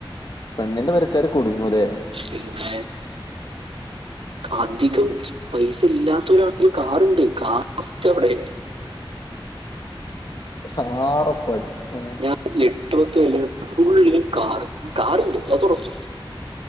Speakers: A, on the left; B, on the right.
A: പെണ്ണിന്റെ പെരക്കാര് കുടുങ്ങുലെ
B: പിന്നെ അധികം പൈസ ഇല്ലാത്തവരാണെങ്കിലും കാറുണ്ട് കാസ്റ്റ് എവിടെ <inaudible>
A: സാറ് പ്രൊജക്റ്റെന്നെ
B: ഞാൻ <unintelligible> ഫുള്ളിലും കാറ് കാറ്ണ്ട് അത് ഉറപ്പാ